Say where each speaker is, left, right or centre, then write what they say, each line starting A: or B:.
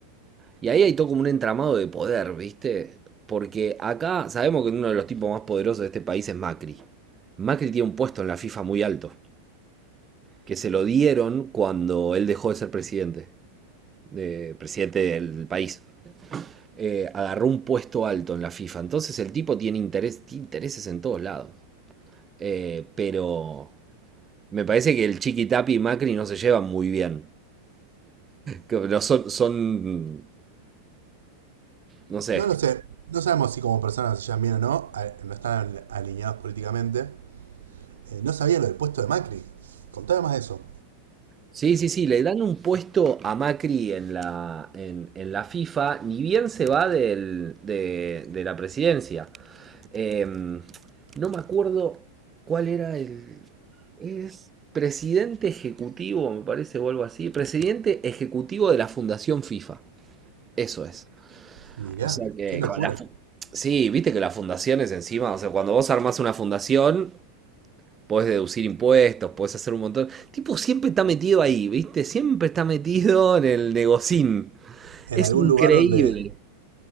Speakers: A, on the right; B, on the right.
A: Y ahí hay todo como un entramado de poder, ¿viste? Porque acá sabemos que uno de los tipos más poderosos de este país es Macri. Macri tiene un puesto en la FIFA muy alto, que se lo dieron cuando él dejó de ser presidente, de- presidente del país. Eh, agarró un puesto alto en la FIFA. Entonces el tipo tiene interés, tiene intereses en todos lados. Eh, pero Me parece que el Chiqui Tapi y Macri no se llevan muy bien. Que no son, son, no sé.
B: No lo sé, no sabemos si como personas se llevan bien o no, a- no están al- alineados políticamente. Eh, no sabía lo del puesto de Macri. Contame más de eso.
A: Sí, sí, sí, le dan un puesto a Macri en la, en, en la FIFA, ni bien se va del- de, de la presidencia. Em, no me acuerdo cuál era el... Es presidente ejecutivo, me parece, o algo así. Presidente ejecutivo de la Fundación FIFA. Eso es.
B: Mirá,
A: O sea que
B: qué locura.
A: con la fu- Sí, viste que las fundaciones encima, o sea, cuando vos armás una fundación, podés deducir impuestos, podés hacer un montón. Tipo, siempre está metido ahí, ¿viste? Siempre está metido en el negocín.
B: En
A: Es
B: algún
A: increíble.
B: lugar donde...